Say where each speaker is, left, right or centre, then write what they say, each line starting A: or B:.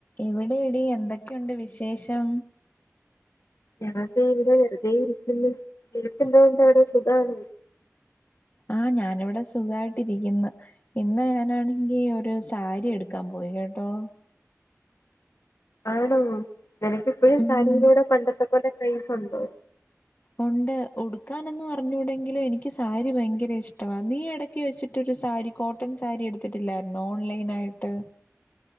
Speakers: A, on the left; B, on the left.
A: എവിടെടി എന്തൊക്കെയുണ്ട് വിശേഷം?
B: ഞാതെ ഇവടെ വെറ്തെ ഇരിക്ക്ന്ന് നിനക്കന്താ ഉണ്ടവിട സുഖാണോ?
A: ആ ഞാനിവടെ സുഖായിട്ടിരിക്ക്ന്ന് ഇന്ന് ഞാനാണെങ്കി ഒരു സാരി യെടുക്കാൻ പോയി കേട്ടോ
B: ആണോ നിനക്കിപ്പഴും
A: ഉം
B: സാരിയിലൂടെ പണ്ടത്തെ പോലെ ക്രൈസ്ണ്ടോ
A: ഒണ്ട് ഉടുക്കാനൊന്നും അറഞ്ഞൂടെങ്കിലും എനിക്ക് സാരി ഭയങ്കര ഇഷ്ടമാ നീ എട ക്കി വെച്ചിട്ടൊരു സാരി കോട്ടൺ സാരി എട്ത്തിട്ടില്ലായിര് ന്നോ ഓൺലൈൻ ആയിട്ട്.